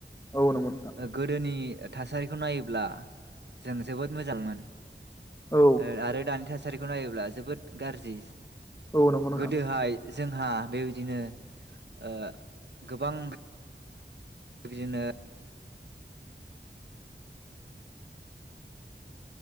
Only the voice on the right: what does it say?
गोदोनि - थासारिखौ नायोब्ला जों जोबोद मोजांमोन।
ओ आरो दानि थासा- सारिखौ नायोब्ला जोबोद- गार्जि
गोदोहाय जों हा बेबायदिनो ओ गोबां बिदिनो